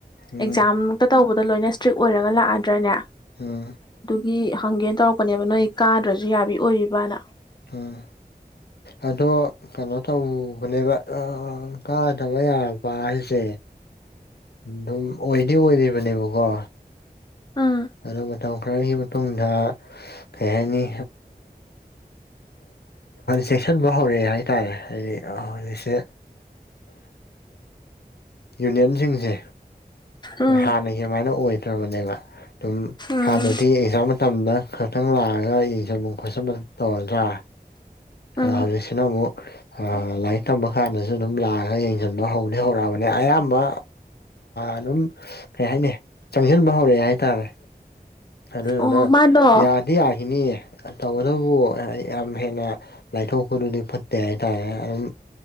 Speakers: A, on the left; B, on the left.
A: ꯎꯝ
B: ꯑꯦꯛꯖꯥꯝꯇ ꯇꯧꯕꯗꯣ ꯂꯣꯏꯅ ꯏꯁꯇ꯭ꯔꯤꯛ ꯑꯣꯏꯔꯒ ꯂꯥꯛꯑꯗ꯭ꯔꯅꯦ
A: ꯎꯝ
B: ꯒꯤ ꯍꯪꯒꯦꯅ ꯇꯧꯔꯛꯄꯅꯦꯕ ꯅꯣꯏ ꯀꯥꯗ꯭ꯔꯁꯨ ꯌꯥꯕꯤ ꯑꯣꯏꯔꯤꯕꯅ
A: ꯎꯝ ꯑꯗꯣ ꯀꯩꯅꯣ ꯇꯧꯕꯅꯦꯕ ꯑ ꯀꯥꯗꯕ ꯌꯥꯕ ꯍꯥꯏꯁꯦ ꯑꯗꯨꯝ ꯑꯣꯏꯗꯤ ꯑꯣꯏꯔꯤꯕꯅꯦꯕꯀꯣ
B: ꯎꯝ
A: ꯑꯗꯣ ꯃꯇꯝ ꯈꯔꯒꯤ ꯃꯇꯨꯡꯗ ꯀꯩ ꯍꯥꯏꯅꯤ ꯆꯦꯛꯁꯟꯕ ꯍꯧꯔꯛꯑꯦ ꯍꯥꯏꯇꯥꯔꯦ ꯍꯥꯏꯗꯤ ꯍꯧꯖꯤꯛꯁꯦ ꯌꯨꯅꯤꯌꯟꯁꯤꯡꯁꯦ
B: ꯎꯝ
A: ꯍꯥꯟꯅꯒꯤꯃꯥꯏꯅ ꯑꯣꯏꯗ꯭ꯔꯕꯅꯦꯕ ꯑꯗꯨꯝ
B: ꯎꯝ
A: ꯍꯥꯟꯅꯗꯤ ꯑꯦꯛꯖꯥꯝ ꯃꯇꯝꯗ ꯈꯛꯇꯪ ꯂꯥꯛꯑꯒ ꯌꯦꯡꯁꯟ ꯈꯣꯠꯁꯟꯕ ꯇꯧꯔꯗ꯭ꯔꯥ
B: ꯎꯝ
A: ꯑ ꯍꯧꯖꯤꯛꯁꯤꯅ ꯑꯃꯨꯛ ꯂꯥꯏꯔꯤꯛ ꯇꯝꯕ ꯀꯥꯟꯗꯁꯨ ꯑꯗꯨꯝ ꯂꯥꯛꯑꯒ ꯌꯦꯡꯁꯤꯟꯕ ꯍꯧꯗꯤ ꯍꯧꯔꯛꯑꯕꯅꯦ ꯑꯌꯥꯝꯕ ꯑꯗꯨꯝ ꯀꯩ ꯍꯥꯏꯅꯤ ꯆꯪꯁꯤꯟꯕ ꯍꯧꯔꯛꯑꯦ ꯍꯥꯏꯇꯥꯔꯦ ꯑꯗꯨꯅ
B: ꯑꯣ ꯃꯥꯗꯣ
A: ꯌꯥꯗꯤ ꯌꯥꯈꯤꯅꯤꯌꯦ ꯇꯧꯕꯇꯕꯨ ꯌꯥꯝ ꯍꯦꯟꯅ ꯂꯥꯏꯊꯣꯛꯄꯗꯨꯗꯤ ꯐꯠꯇꯦ ꯍꯥꯏꯇꯥꯔꯦ ꯑꯗꯨꯝ